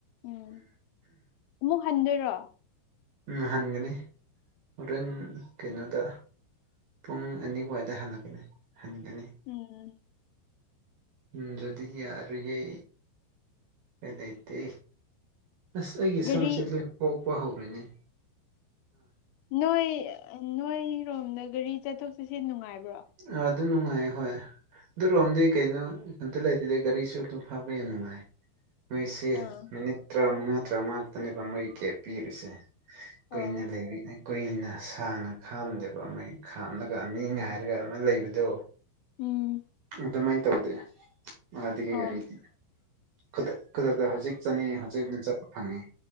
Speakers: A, on the left; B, on the right.
A: ꯎꯝ ꯑꯃꯨꯛ ꯍꯟꯗꯣꯏꯔꯣ
B: ꯎꯝ ꯍꯟꯒꯅꯤ ꯍꯣꯔꯦꯟ ꯀꯩꯅꯣꯗ ꯄꯨꯡ ꯑꯅꯤꯋꯥꯏꯗ ꯍꯜꯂꯛꯀꯅꯤ ꯍꯟꯒꯅꯤ
A: ꯎꯝ
B: ꯎꯝ ꯑꯗꯨꯗꯤ ꯌꯥꯔꫭꯏꯌꯦ ꯀꯩ ꯂꯩꯇꯦ ꯑꯁ ꯑꯩꯒꯤ
A: ꯒꯥꯔꯤ
B: ꯁꯝꯁꯦ ꯂꯣꯏ ꯄꯣꯛꯄ ꯍꯧꯔꯅꯦ
A: ꯅꯣꯏ ꯅꯣꯏꯔꯣꯝꯗ ꯒꯥꯔꯤ ꯆꯠꯊꯣꯛ ꯆꯠꯁꯤꯟ ꯅꯨꯡꯉꯥꯏꯕ꯭ꯔꯣ?
B: ꯥ ꯑꯗꯨ ꯅꯨꯡꯉꯥꯏ ꯍꯣꯏ ꯑꯗꯨꯔꯣꯝꯗꯤ ꯀꯩꯅꯣ ꯑꯝꯇ ꯂꯩꯇꯗꯥ ꯒꯥꯔꯤꯁꯨ ꯑꯗꯨꯝ ꯐꯥꯕ ꯌꯥꯝ ꯅꯨꯡꯉꯥꯏ ꯃꯣꯏꯁꯦ
A: ꯑꯥ
B: ꯃꯤꯅꯤꯠ ꯇꯔꯥꯃꯉꯥ ꯇꯔꯥꯃꯉꯥ ꯉꯥꯛꯇꯅꯦꯕ ꯃꯩ ꯀꯦꯞ ꯄꯤꯔꯤꯁꯦ ꯀꯨꯏꯅ
A: ꯑꯣ
B: ꯂꯩꯔꯤ ꯀꯨꯏꯅ ꯁꯥꯡꯅ ꯈꯥꯝꯗꯦꯕ ꯃꯩ ꯈꯥꯝꯂꯒ ꯃꯤ ꯉꯥꯏꯔꯒ ꯑꯃ ꯂꯩꯕꯗꯣ
A: ꯎꯝ
B: ꯑꯗꯨꯃꯥꯏꯅ ꯇꯧꯗꯦ ꯃꯥꯗꯤ
A: ꯑꯣ
B: ꯒꯥꯔꯤꯗꯤ ꯈꯨꯗꯥꯛ ꯈꯨꯗꯥꯛꯇ ꯍꯧꯖꯤꯛ ꯆꯠꯅꯤꯡꯉꯦ ꯍꯧꯖꯤꯛ ꯑꯗꯨꯝ ꯆꯠꯄ ꯐꯪꯉꯦ